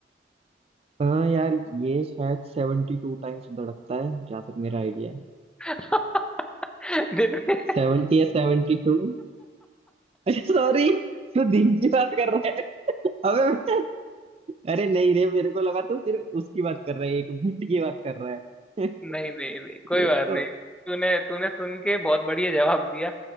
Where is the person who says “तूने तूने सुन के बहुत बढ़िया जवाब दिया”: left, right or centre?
Centre